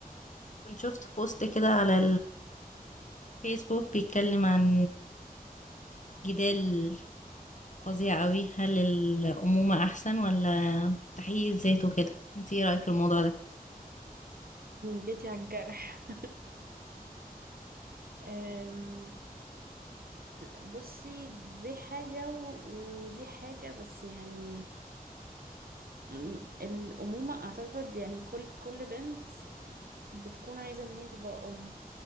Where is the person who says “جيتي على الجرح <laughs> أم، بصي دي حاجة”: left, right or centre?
Right